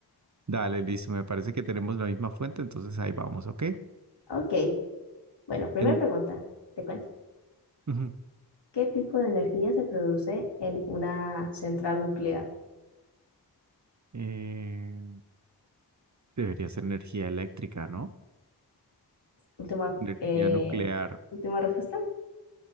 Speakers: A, on the right (about 45°); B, on the left (about 75°).
A: Dale, listo. Me parece que tenemos la misma fuente, entonces ahí vamos, ¿ok?
B: Ok, bueno, primera
A: En,
B: pregunta, te cuento.
A: ujú.
B: ¿Qué tipo de energía se produce en una central nuclear?
A: Eh, debería ser energía eléctrica, ¿no?
B: Última,
A: Energía
B: eh,
A: nuclear.
B: última respuesta.